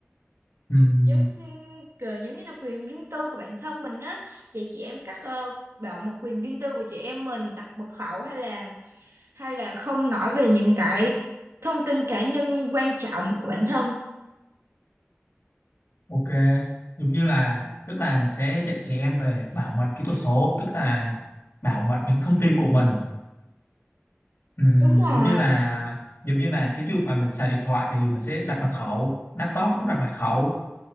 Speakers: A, on the left (about 60°); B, on the right (about 70°).
A: ừm,
B: giống như- kiểu giống như là quyền riêng tư của bản thân mình á chị chị em các ờ, bảo mật quyền riêng tư của chị em mình đặt mật khẩu hay là hay là không nói về những cái thông tin cá nhân quan trọng của bản thân
A: ok, giống như là tức là mình sẽ dạy trẻ em về bảo mật kỹ thuật số, tức là bảo mật những thông tin của mình Ừm,
B: đúng rồi
A: giống như là giống như là thí dụ mà mình xài điện thoại thì mình sẽ đặt mật khẩu laptop cũng đặt mật khẩu